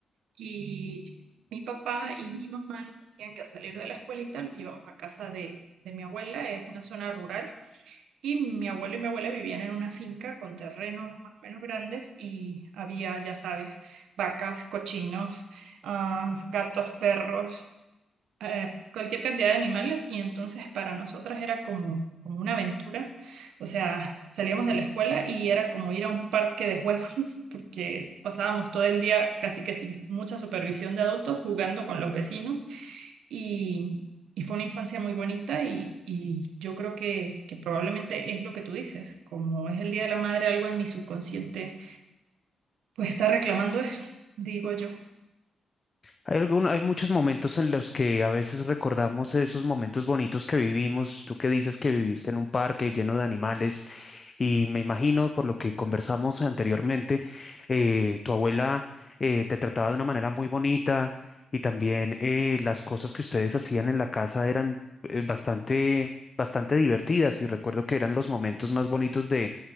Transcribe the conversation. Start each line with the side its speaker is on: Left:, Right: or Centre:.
Right: Y mi papá y mi mamá nos decían que al salir de la escuelita nos íbamos a casa de, de mi abuela, es una zona rural, y mi abuelo y mi abuela vivían en una finca con terrenos más o menos grandes y había, ya sabes, vacas, cochinos, ah, gatos, perros eh, cualquier cantidad de animales y entonces para nosotras era como, como una aventura. O sea, salíamos de la escuela y era como ir a un parque de juegos <laughs> porque pasábamos todo el día casi que sin mucha supervisión de adultos jugando con los vecinos y, y fue una infancia muy bonita y, y yo creo que, que probablemente es lo que tú dices, como es el Día de la Madre, algo en mi subconsciente pues está reclamando eso, digo yo.
Left: Hay algún- hay muchos momentos en los que a veces recordamos esos momentos bonitos que vivimos. Tú que dices que viviste en un parque lleno de animales y me imagino por lo que conversamos anteriormente, eh, tu abuela eh, te trataba de una manera muy bonita y también eh, las cosas que ustedes hacían en la casa eran eh, bastante, bastante divertidas y recuerdo que eran los momentos más bonitos